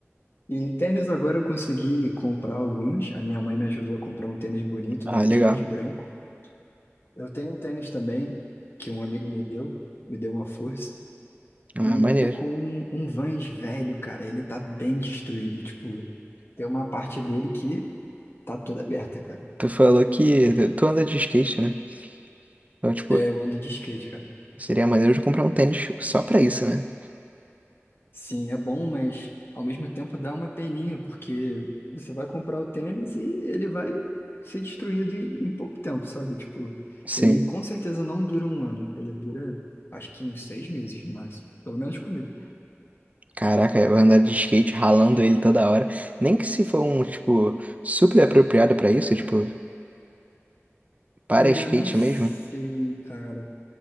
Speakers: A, on the left; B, on the right.
A: E tênis agora eu consegui comprar alguns. A minha mãe me ajudou a comprar um tênis bonito
B: Ah,
A: da Adidas,
B: legal.
A: branco. Eu tenho um tênis também, que um amigo me deu, me deu uma força.
B: Ah,
A: E
B: maneiro.
A: eu tô com um, um Vans velho, cara. Ele tá bem destruído. Tipo, tem uma parte dele que tá toda aberta, cara.
B: Tu falou que tu tu anda de skate, né? Então, tipo,
A: É, eu ando de skate, cara.
B: seria maneiro de comprar um tênis só pra isso, né?
A: Sim, é bom, mas ao mesmo tempo dá uma peninha, porque você vai comprar o tênis e ele vai ser destruído em em pouco tempo, sabe? Tipo,
B: Sim.
A: ele com certeza não dura um ano. Ele dura, acho que uns seis meses no máximo. Pelo menos comigo.
B: Caraca, vai andar de skate ralando ele toda hora. Nem que se for um, tipo, super apropriado pra isso, tipo, para
A: É,
B: skate
A: não sei,
B: mesmo.
A: cara.